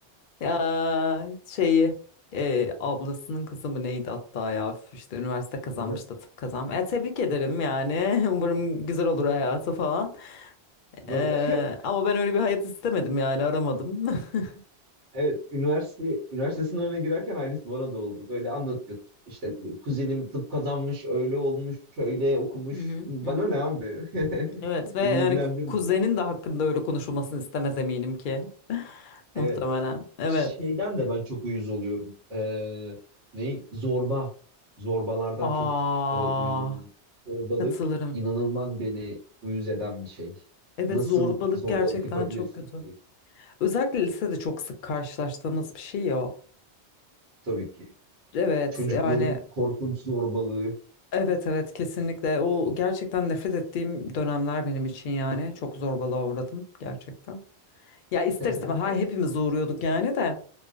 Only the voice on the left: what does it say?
Ya şeyi e, ablasının kızı mı neydi hatta ya üf, işte üniversite kazanmış
da tıp kazanmış. E, tebrik ederim yani <laughs> umarım güzel olur
hayatı falan.
E, ama ben öyle bir hayat istemedim yani aramadım. <laughs>
Hı hı,
hı hı.
Evet
ve yani
ku- kuzenin de hakkında öyle konuşulmasını istemez eminim ki. <laughs> Muhtemelen.
Evet.
Aa,
katılırım.
Evet
zorbalık
gerçekten
çok kötü.
Özellikle lisede çok sık karşılaştığımız bir şey ya o.
Evet
yani
evet evet kesinlikle o gerçekten nefret ettiğim dönemler benim için yani çok zorbalığa uğradım gerçekten. Ya ister
istemez ha hepimiz uğruyorduk yani de